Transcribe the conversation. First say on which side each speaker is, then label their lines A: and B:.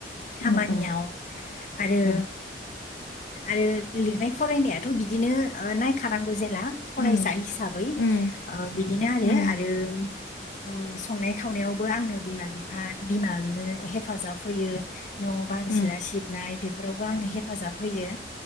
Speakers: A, on the left; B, on the left.
A: खामानियाव
B: उम उम
A: आरो
B: उम
A: आरो लिरनाय फरायनायाथ' बिदिनो नायखानां जेला फरायसा
B: उम
A: हिसाबै
B: उम
A: ओ बिदिनो
B: उम
A: आरो आरो ओ संनाय खावनायावबो आङो बिमा बिफा बिमानो हेफाजाब होयो न' बां
B: उम
A: सिला सिबनाय बेफोरावबो आङो हेफाजाब होयो